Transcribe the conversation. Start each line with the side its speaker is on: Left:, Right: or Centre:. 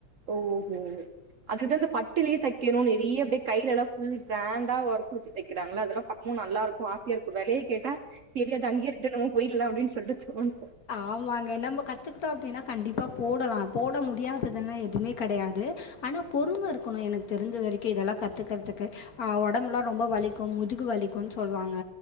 Right: ஓ சேரி அதுதா இந்த பட்டுலயே தெக்கணு நெறைய அப்டியே கைலலா ஃபுல் க்ராண்டா ஒர்க்கு வெச்சு தெக்கிறாங்கல்ல அதெல்லா பாக் ம் நல்லா இருக்கோ ஆசயா இருக்கோ வெலய கேட்டா தெரியாது அங்யே இருக்கட்டு நம்ம போய்ர்ல அப்டின் சொல்ட்டு தோணு
Left: ஆமாங்க நம்போ கத்துக்கிட்டா அப்டின்னா கண்டிப்பா போடலா போட முடியாதுதுன்ல்லா எதுமே கெடையாது ஆனா பொறும இருக்கனு எனக்கு தெரிஞ்ச வரைக்கு இதெல்லா கத்துக்கறதுக்கு அ ஒடம்பெல்லா ரொம்ப வலிக்கு முதுகு வலிக்குனு சொல்வாங்க